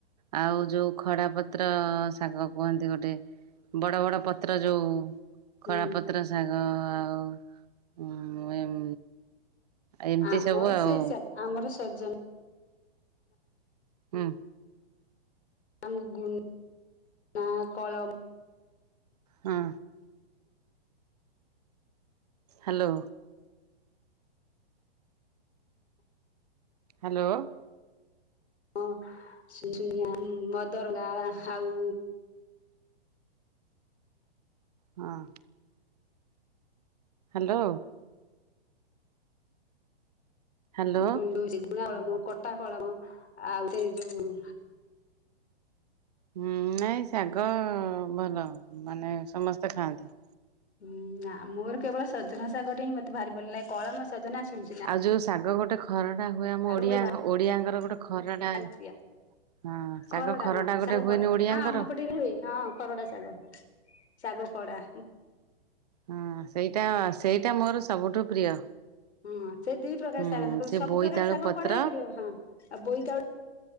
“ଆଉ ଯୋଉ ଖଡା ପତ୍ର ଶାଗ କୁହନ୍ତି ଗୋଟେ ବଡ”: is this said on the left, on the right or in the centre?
Right